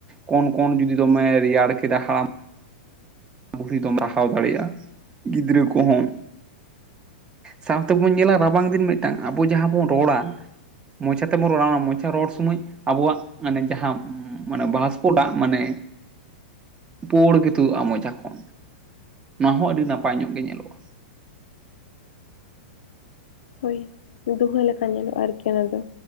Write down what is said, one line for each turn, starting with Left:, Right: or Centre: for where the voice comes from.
Right: ᱠᱚᱱ ᱠᱚᱱ ᱡᱩᱫᱤ ᱫᱚᱢᱮ ᱨᱮᱭᱟᱲ ᱠᱮᱫᱟ ᱦᱟᱲᱟᱢ ᱵᱩᱲᱦᱤ ᱫᱚᱢ ᱨᱟᱦᱟᱣ ᱫᱟᱲᱮᱭᱟᱜᱼᱟ, ᱜᱤᱫᱽᱨᱟᱹ ᱠᱚᱦᱚᱸ ᱥᱟᱶᱛᱮ ᱵᱚᱱ ᱧᱮᱞᱟ ᱨᱟᱵᱟᱝ ᱫᱤᱱ ᱢᱤᱫᱴᱟᱝ ᱟᱵᱚ ᱡᱟᱦᱟᱸ ᱵᱚᱱ ᱨᱚᱲᱟ ᱢᱚᱪᱟ ᱛᱮᱵᱚᱱ ᱨᱚᱲᱟ ᱚᱱᱟ ᱢᱚᱪᱟ ᱨᱚᱲ ᱥᱚᱢᱚᱭ ᱟᱵᱚᱣᱟᱜ ᱟᱱᱮ ᱡᱟᱦᱟᱸ ᱢᱟᱱᱮ ᱵᱟᱥᱯᱚᱴᱟᱜ ᱢᱟᱱᱮ ᱯᱳᱲ ᱜᱮ ᱛᱩᱫᱩᱜᱼᱟ ᱢᱚᱪᱟ ᱠᱚᱱ ᱚᱱᱟ ᱦᱚᱸ ᱟᱹᱰᱤ ᱱᱟᱯᱟᱭ ᱧᱚᱜ ᱜᱮ ᱧᱮᱞᱚᱜᱼᱟ᱾
Left: ᱦᱳᱭ ᱫᱩᱦᱟᱹ ᱞᱮᱠᱟ ᱧᱮᱞᱚᱜᱼᱟ ᱟᱨᱠᱤ ᱚᱱᱟ ᱫᱚ᱾